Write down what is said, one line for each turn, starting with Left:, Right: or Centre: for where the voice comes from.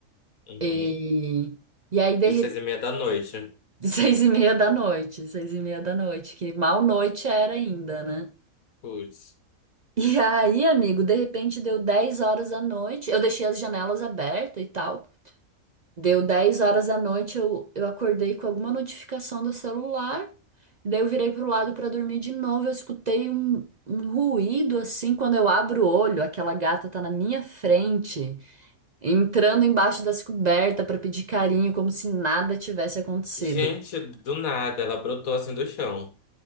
Left: Uhum.
Right: E, e aí, de
Left: E
Right: repente,
Left: seis e meia da noite.
Right: <laughs> seis e meia da noite, seis e meia da noite, que mal noite era ainda, né?
Left: Putz.
Right: E aí, amigo, de repente deu dez horas da noite. Eu deixei as janelas abertas e tal. Deu dez horas da noite, eu, eu acordei com alguma notificação do celular. Daí eu virei pro lado para dormir de novo. Eu escutei um, um ruído assim. Quando eu abro o olho, aquela gata tá na minha frente, entrando embaixo das cobertas para pedir carinho, como se nada tivesse acontecido.
Left: Gente, do nada, ela brotou assim do chão.